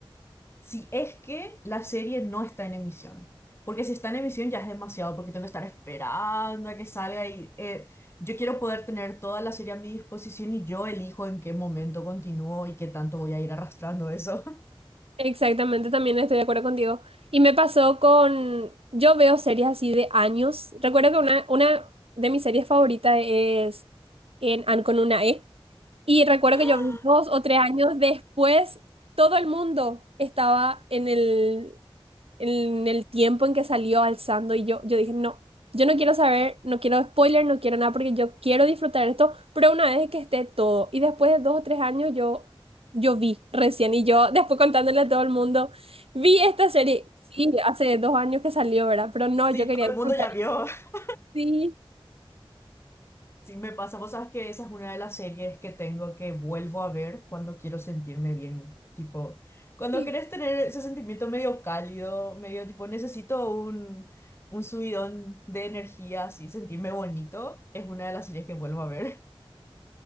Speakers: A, on the left (about 25°); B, on the right (about 80°).
A: Si es que la serie no está en emisión. Porque si está en emisión ya es demasiado, porque tengo que estar esperando a que salga y eh, yo quiero poder tener toda la serie a mi disposición y yo elijo en qué momento continúo y qué tanto voy a ir arrastrando eso.
B: Exactamente, también estoy de acuerdo contigo. Y me pasó con, yo veo series así de años. Recuerdo que una, una de mis series favoritas es en An con una E. Y recuerdo
A: <laughs>
B: que yo vi dos o tres años después, todo el mundo estaba en el, en el tiempo en que salió alzando y yo, yo dije, no, yo no quiero saber, no quiero spoiler, no quiero nada porque yo quiero disfrutar esto, pero una vez que esté todo. Y después de dos o tres años yo, yo vi recién y yo <laughs> después contándole a todo el mundo, vi esta serie, sí, hace dos años que salió, ¿verdad? Pero no,
A: Sí,
B: yo quería
A: todo
B: disfrutar.
A: el mundo ya vio. <laughs>
B: Sí,
A: Sí, me pasa, vos sabes que esa es una de las series que tengo que vuelvo a ver cuando quiero sentirme bien. Tipo, cuando
B: sí.
A: querés tener ese sentimiento medio cálido, medio tipo, necesito un, un subidón de energía, así, sentirme bonito, es una de las series que vuelvo a ver.